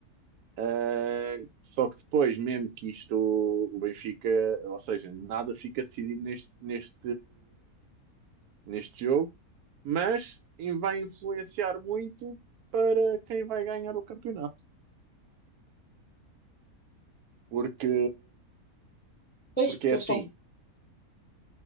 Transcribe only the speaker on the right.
Ah, só que depois, mesmo que isto, o Benfica, ou seja, nada fica decidido neste, neste, neste jogo, mas in- vai influenciar muito para quem vai ganhar o campeonato. Porque,
porque
é
assim,